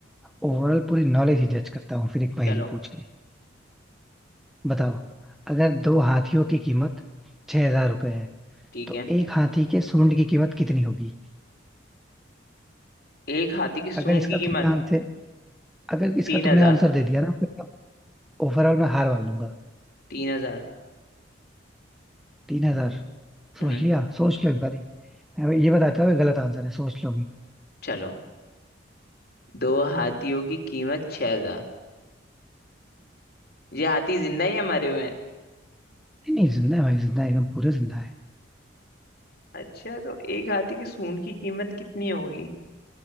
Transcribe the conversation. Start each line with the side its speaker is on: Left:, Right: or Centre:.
Centre: ओवरऑल पूरी नॉलेज ही जज करता हूँ फिर एक पहेली
Left: चलो
Centre: पूछ के बताओ अगर दो हाथियों की कीमत छह हजार रुपए है
Left: ठीक
Centre: तो
Left: है
Centre: एक हाथी के सूंड की कीमत कितनी होगी
Left: एक हाथी की सूंड
Centre: अगर इसका
Left: की कीमत
Centre: तुमने आंसर अगर इसका
Left: तीन हजार
Centre: तुमने आंसर दे दिया ना फिर ओवरऑल मैं हार मान लूंगा
Left: तीन हजार
Centre: तीन हजार
Left: हम्म।
Centre: सोच लिया सोच लो एक बार ये बताता हूँ गलत आंसर है सोच लो
Left: चलो दो हाथियों की कीमत छह हजार ये हाथी जिंदा ही है मरे हुए हैं
Centre: नहीं नहीं जिंदा है भाई जिंदा है एकदम पूरा जिंदा है
Left: अच्छा तो एक हाथी के सूंड की कीमत कितनी होगी